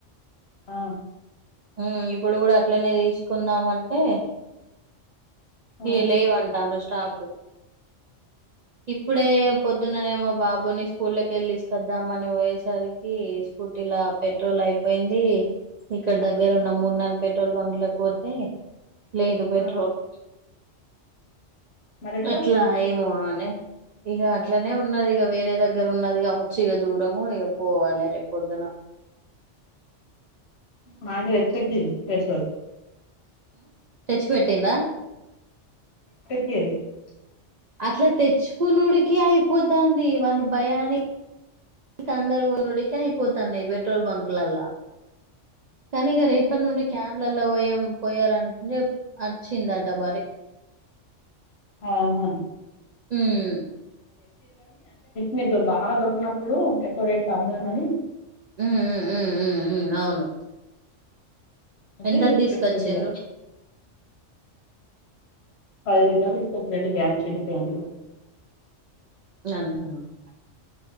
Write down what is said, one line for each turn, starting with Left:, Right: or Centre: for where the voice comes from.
Left: ఆ
Right: ఉ ఇప్పుడు కూడా అట్లనే తీసుకుందాం అంటే
Left: ఆ
Right: ఏ లేవంటా అంట స్టాక్ ఇప్పుడే పొద్దుననేమో బాబుని స్కూల్ళక వెళ్ళ తీసుకొద్దామ అని పోయేసరికి స్కూటీలా పెట్రోల్ అయిపోయింది ఇక్కడ దగ్గర ఉన్న మూడు నలు పెట్రోల్ బంక్ లకు పోతే లేదు పెట్రోల్
Left: ఆ మరి ఎట్లా
Right: అట్లా ఏమో ఆనే ఇక అట్లనే ఉన్నది ఇక వేరే దగ్గర ఉన్నది కావచ్చు ఇక దూరము ఇక పోవాలి రే పొద్దున
Left: మాతో ఎకట్ సచ
Right: థెచ్చి పెట్టిండా
Left: <inaudible>
Right: అట్లా తెచ్చుకునుడికి అయిపోతుంది వాళ్ళు భయానికి నకు అందరు పోయినడికి అయిపోతాన్నయి ఈ పెట్రోల్ బంక్ లలా కానీ ఇక రేపటి నుండి క్యాన్ల పోయా పోయారంటంటే వచ్చిందట మరి
Left: ఆహా
Right: ఉమ్
Left: మీ బాగా దొరికినప్పుడు ఎక్కువ రేటు అమ్ముధామణి
Right: ఉమ్‌ ఉమ్ ఉమ్ ఉమ్ అవూను
Left: అంటే
Right: ఎంత
Left: తీసుకొచ్చిర్రు
Right: తీసుకొచ్చిండ్రు
Left: పది పైసల్ ఇస్థామ్ రెండు ప్యాన్ చిన్న ప్యాను
Right: <unintelligible>